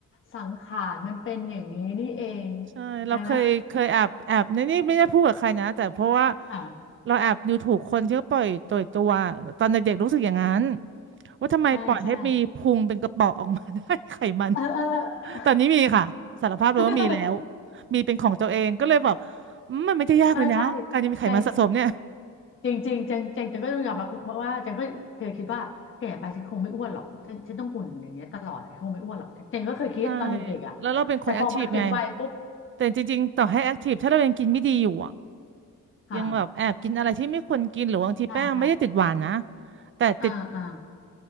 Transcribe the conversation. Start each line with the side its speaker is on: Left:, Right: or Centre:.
Left: สังขารมันเป็นอย่างนี้นี่เอง
Right: ใช่เราเคยเคยแอบแอบในนี่ไม่ได้พูดกับใครนะแต่เพราะว่า
Left: ใช่ไหม <laughs> ค่ะ
Right: เราแอบดูถูกคนที่เขาปล่อยตัวตัวตอนเด็กๆรู้สึกอย่างนั้นว่าทำไมปล่อยให้มีพุงเป็นกระเป๋อออกมา
Left: ใช่ใช่
Right: <laughs> ได้ <laughs> ไขมัน
Left: เออเออเออ
Right: ตอนนี้มีค่ะสารภาพเลยว่ามีแล้ว
Left: <laughs>
Right: มีเป็นของตัวเองก็เลยแบบอืมมันไม่ได้ยากเลยนะการจะมีไขมันสะสมเนี่ย
Left: เออใช่ใจ จริงๆงจังจังจังก็ต้องยอมรับว่าจังก็เคยคิดว่าแก่ไปฉันคงไม่อ้วนหรอกฉันฉันต้องหุ่นอย่างเงี้ยตลอดอะฉันคงไม่อ้วนหรอกจังก็เคยคิดตอนเด็กๆอ่ะ
Right: ใช่แล้วเราเป็นคนแอคทีฟไง
Left: แต่พอมาถึงวัยปุ๊บ
Right: แต่จริงๆต่อให้แอคทีฟถ้าเรายังกินไม่ดีอยู่อ่ะ
Left: ค่ะ
Right: ยังแบบแอบกินอะไรที่ไม่ควรกินหรือบางทีแป้งไม่ได้ติดหวานนะ
Left: ใช่ใช่
Right: แต่ติด
Left: อ่าอ่า